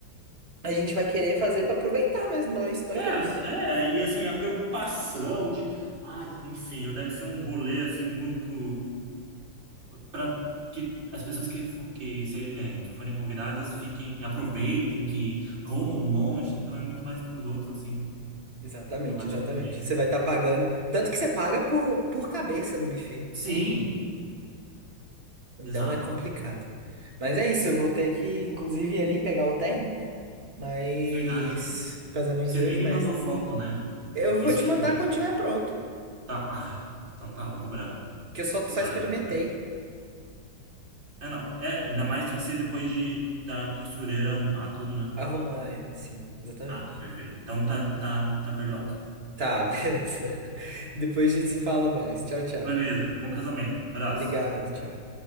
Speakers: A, on the right; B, on the right.
A: a gente vai querer fazer pra aproveitar mesmo nós, nós
B: É,
A: dois.
B: é, e assim, a preocupação de, ai, enfim, eu deve ser um rolê assim muito para que as pessoas que fo- que, se- é, que forem convidadas fiquem, aproveitem, que comam um monte, então é muito mais para os outros assim.
A: Exatamente,
B: Eu acho
A: exatamente.
B: que também.
A: Você vai estar pagando. Tanto que você paga por, por cabeça no buffet.
B: Sim,
A: Então, então
B: exato.
A: é complicado. Mas é isso, eu vou ter que, inclusive, ir ali pegar o terno. Mas.
B: É Verdade.
A: Pro casamento
B: Você
A: de
B: nem
A: hoje,
B: me
A: mas.
B: mandou foto, né?
A: Eu vou
B: Isso
A: te
B: que é
A: mandar
B: lindo.
A: quando tiver pronto.
B: Tá, ah, então tá, vou cobrar.
A: Que eu só,
B: Valeu.
A: só experimentei.
B: É, não. É, ainda mais tem que ser depois de da costureira arrumar tudo, né?
A: Arrumar, é. Sim, exatamente.
B: Ah, perfeito. Então tá, tá, tá perdoado.
A: Tá, <laughs> beleza. Depois a gente se fala mais. Tchau, tchau.
B: Beleza, bom casamento. Abraço.
A: Obrigado, tchau.